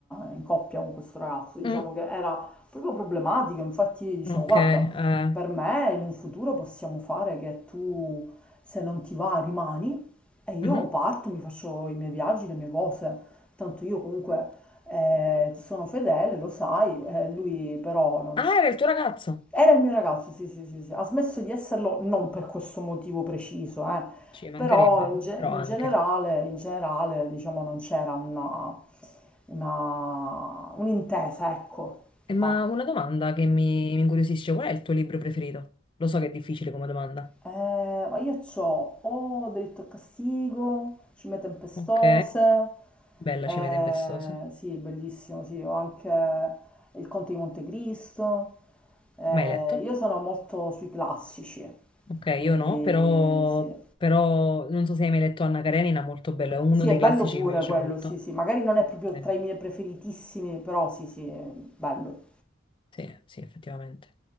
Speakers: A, in the centre; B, on the left.
A: in coppia con questo ragazzo, diciamo
B: mm,
A: che era proprio problematico, infatti dicevo,
B: ok,
A: guarda,
B: eh,
A: per me in un futuro possiamo fare che tu, se non ti va, rimani e io
B: mhm.
A: parto, mi faccio i miei viaggi, le mie cose, tanto io comunque eh, ti sono fedele, lo sai, eh, lui però non,
B: Ah, era il tuo ragazzo?
A: era il mio ragazzo, sì, sì, sì, sì. Ha smesso di esserlo non per questo motivo preciso, eh.
B: Ci mancherebbe,
A: Però in, ge-
B: però
A: in
B: anche.
A: generale, in generale, diciamo, non c'era una, una- un'intesa, ecco.
B: Eh, Ma
A: Va.
B: una domanda che mi, mi incuriosisce, qual è il tuo libro preferito? Lo so che è difficile come domanda.
A: Eh, ma io c'ho o diritto a castigo, cime tempestose,
B: Ok, bella
A: eh,
B: Cime Tempestose.
A: sì, bellissimo, sì, ho anche il Conte di Montecristo. Eh,
B: Mai letto?
A: io sono molto sui classici,
B: Ok,
A: quindi
B: io no, però,
A: sì.
B: però non so se hai mai letto Anna Karenina, molto bello, è uno
A: Sì, è
B: dei
A: bello
B: classici
A: pure
B: che mi piace
A: quello,
B: molto.
A: sì, sì. Magari non è proprio
B: Eh,
A: tra i miei preferitissimi, però sì, sì, è bello.
B: sì, sì, effettivamente.